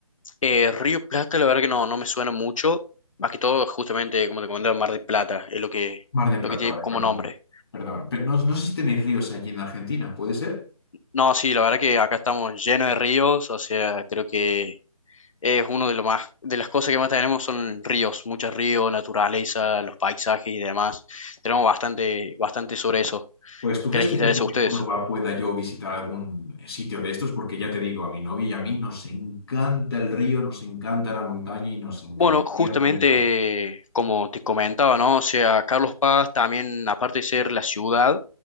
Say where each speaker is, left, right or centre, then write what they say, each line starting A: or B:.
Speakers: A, on the left (about 60°); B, on the left (about 40°).
A: Eh, Río Plata, la verdad que no, no me suena mucho. Más que todo, justamente, como te comenté, Mar del Plata es lo que,
B: Mar de Plata,
A: lo que tiene
B: vale,
A: como
B: perdón.
A: nombre.
B: Perdón. Pero no, no sé si tenéis ríos allí en Argentina, ¿puede ser?
A: No, sí, la verdad que acá estamos llenos de ríos, o sea, creo que es uno de lo más, de las cosas que más tenemos son ríos, muchos ríos, naturaleza, los paisajes y demás. Tenemos bastante, bastante sobre eso.
B: Pues ¿tú crees
A: ¿Qué les
B: que
A: interesa
B: cerca de
A: a ustedes?
B: Córdoba pueda yo visitar algún sitio de estos? Porque ya te digo, a mi novia y a mí nos encanta el río, nos encanta la montaña y nos encantaría
A: Bueno, justamente
B: poder estar.
A: como te comentaba, ¿no? O sea, Carlos Paz también, aparte de ser la ciudad,